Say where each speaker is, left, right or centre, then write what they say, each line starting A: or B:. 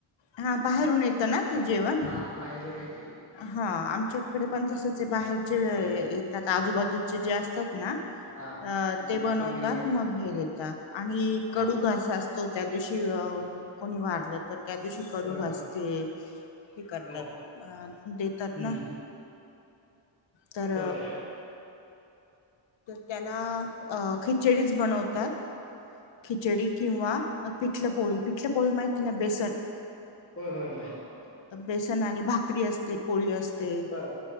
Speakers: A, on the left (about 65°); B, on the left (about 30°).
A: हा बाहेरून येतं ना ते जेवण.
B: हा बाहेरून येते
A: हा मच्याकड पण तसच बाहेरचे
B: ह
A: येतात आजूबाजूचे जे असतात ना
B: हा हम्म
A: अ ते बनवतात
B: घेऊन येते
A: मग हे घेता आणि
B: हा
A: कडू
B: हा
A: घास असतो त्या दिवशी अ कोणी वारलं तर त्या दिवशी कडू
B: बर
A: घास ते हे करतात
B: बर
A: अ देतात
B: हम्म
A: ना. तर
B: होय
A: त्याला अ खी खिचडीच बनवतात, खिचडी किंवा पिठल पोळी, पिठलं पोळी माहिती ना बेसन
B: होय होय माहिती
A: बेसन आणि भाकरी असते, पोळी अस ते
B: बर